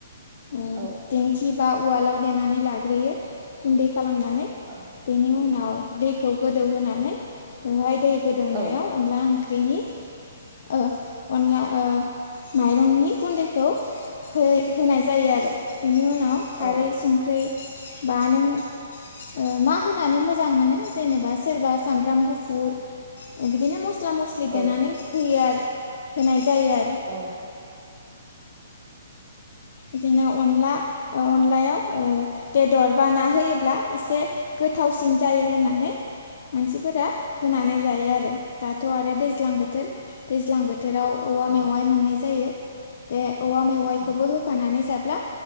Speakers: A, on the left; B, on the right.
A: ओ
B: औ
A: देंखिबा उवालाव देनानै लाग्रोयो गुन्दै खालामनानै
B: औ
A: बेनि उनाव दैखौ गोदौहोनानै बेवहाय दै गोदौनायाव
B: औ
A: अनला ओंख्रिनि ओ अनला ओ माइरंनि गुन्दैखौ हो-होनाय जायो आरो बेनि उनाव खारै
B: औ
A: संख्रै बा नों ओ मा होनानै मोजां मोनो जेनेबा सोरबा सामब्राम गुफुर बिदिनो मस्ला मस्लि देनानै
B: औ
A: होयो आरो होनाय जायो आरो
B: औ
A: बिदिनो अनला औ अनलायाव ओ बेदर बा ना होयो ब्ला एसे गोथावसिन जायो होननानै मानसिफोरा होनानै जायो आरो दाथ' आरो दैज्लां बोथोर दैज्लां बोथोराव औवा
B: औ अ
A: मेवाइ मोननाय जायो बे औवा मेवाइखौबो
B: अ
A: होफानानै जाब्ला